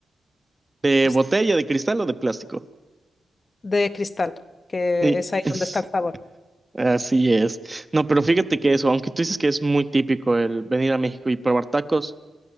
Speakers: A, on the right; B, on the left.
A: de
B: pues,
A: botella, de cristal o de plástico.
B: de cristal, que
A: Sí.
B: es ahí
A: <laughs>
B: donde está el sabor.
A: Así es. No, pero fíjate que eso, aunque tú dices que es muy típico el venir a México y probar tacos,